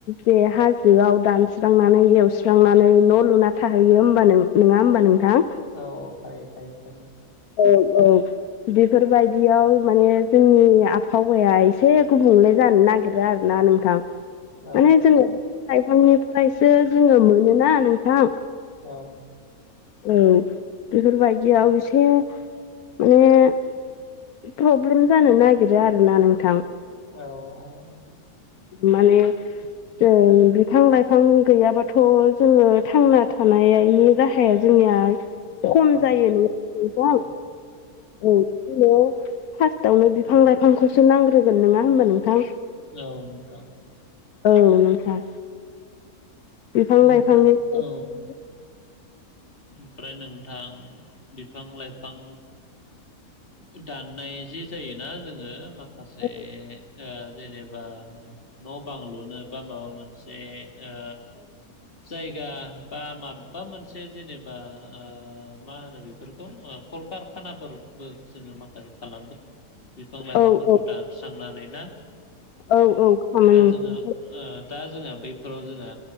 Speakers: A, on the left; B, on the left.
A: जे हाजोआव दानस्रांनानै एवस्रांनानै न' लुना थाहैयो होमबा नों नोङा होमबा नोंथां
B: औ थायो थायो थायो
A: औ औ बेफोरबायदियाव माने जोंनि आबहावाया एसे गुबुंले जानो नागिरो आरोना नों थां माने
B: औ
A: जोङो बिफां लाइफांनिफ्रायसो जोङो मोनोना नोंथां
B: औ
A: औ बेफोरबायदियाव एसे माने प्रब्लेम जानो नागिरो आरोना नोंथां
B: औ औ
A: माने जों बिफां लाइफां गैयाबाथ जोङो थांना थानायनि राहा हाया जोंनिया खम
B: औ
A: जायो नों
B: औ
A: औ फार्स्टआवनो बिफां लाइफांखौसो नांग्रोगोन नङा होमबा नोंथां
B: औ नोंथां
A: औ नोंथां बिफां
B: ओमफ्राय
A: लाइफांनिफ्रायसो
B: औ ओमफ्राय नोंथां बिफां लाइफां दाननाय जे जायोना जोङो माखासे
A: औ
B: ओ जेनेबा न' बां लुनो बा माबा मोनसे ओ जायगा बा माबा मोनसे जेनेबा ओ मा होनो बेफोरखौ कलकार खानाफोरबो जोङो माखासे खालामो बिफां लाइफांफोरखौ
A: औ औ
B: दानस्रांनानै ना
A: औ औ खामानि
B: दा जोंङो ओ दा जोंहा बैफोराव जोंहा